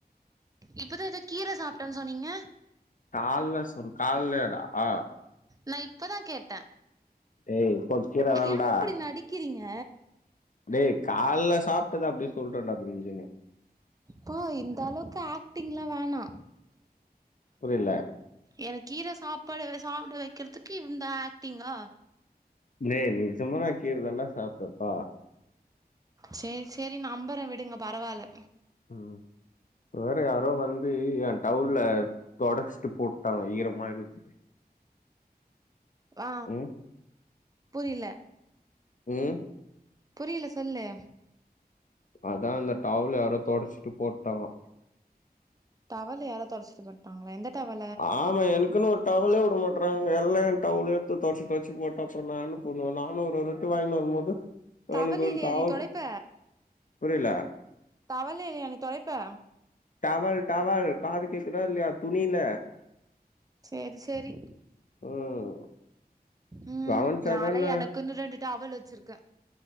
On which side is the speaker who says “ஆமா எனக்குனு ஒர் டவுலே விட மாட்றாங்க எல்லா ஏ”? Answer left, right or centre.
Left